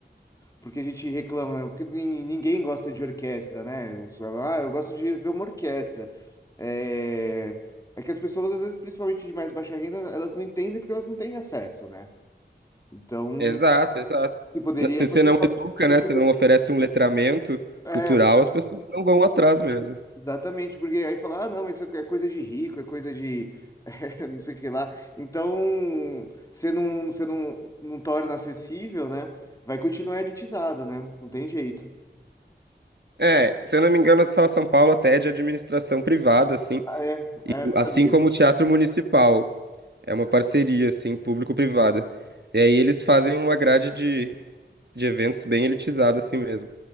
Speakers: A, on the left; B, on the right.
A: porque a gente reclama, né? Porque nin- ninguém gosta de orquestra, né? Os- Ah, eu gosto de ver uma orquestra. É... É que as pessoas, às vezes, principalmente de mais baixa renda, elas não entendem porque elas não têm acesso, né? Então,
B: Exato, exato.
A: se poderia
B: N- Se você
A: participar.
B: não educa,
A: porque-
B: né, se não oferece um letramento
A: É,
B: cultural, as pessoas não vão atrás mesmo.
A: exatamente, porque aí falar, ah, não, mas isso é coisa de rico, é coisa de <laughs> é, não sei o que lá. Então, você não, você não, não torna acessível, né? Vai continuar elitizado, né? Não tem jeito.
B: É, se eu não me engano, a Sala São Paulo até é de administração privada, assim.
A: Ah, é,
B: E
A: é,
B: o-
A: não
B: assim
A: sabia.
B: como o Teatro Municipal, é uma parceria, assim, público-privada. E aí eles fazem uma grade de, de eventos bem elitizada, assim mesmo.